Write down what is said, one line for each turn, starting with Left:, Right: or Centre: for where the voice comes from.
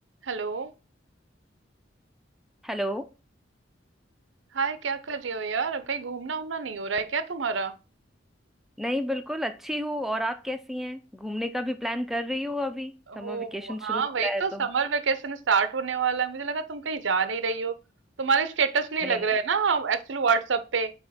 Right: Hello
Centre: Hello
Right: Hi क्या कर रही हो यार कहीं घूमना उमना नहीं हो रहा है क्या तुम्हारा
Centre: नहीं बिल्कुल अच्छी हूँ और आप कैसी हैं घूमने का भी प्लान कर रही हूँ अभी
Right: ओ
Centre: समर वेकेशन
Right: हाँ
Centre: शुरू हो
Right: वही
Centre: रहा है
Right: तो
Centre: तो
Right: समर वेकेशन स्टार्ट होने वाला है मुझे लगा तुम कहीं जा नहीं रही हो तुम्हारे स्टेटस नहीं
Centre: नहीं
Right: लग रहे हैं ना एक्चुअली व्हाट्सएप पे